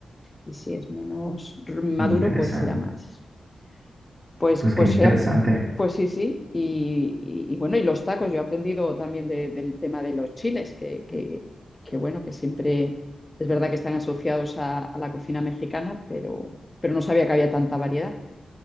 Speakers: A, on the left; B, on the right.
A: y si es menos r- maduro
B: interesante.
A: pues será más. Pues,
B: Pues
A: pues,
B: qué interesante.
A: sea- pues sí, sí. Y, y- y bueno, y los tacos, yo he aprendido también de- del tema de los chiles, que, que- que bueno, que siempre es verdad que están asociados a, a la cocina mexicana, pero, pero no sabía que había tanta variedad,